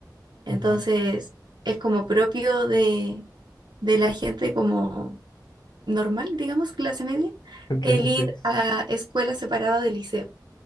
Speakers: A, on the right; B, on the left.
A: Entonces,
B: <laughs> Ajá.
A: es como propio de, de la gente como normal, digamos, clase media,
B: Ok,
A: el ir
B: sí.
A: a escuela separada de liceo.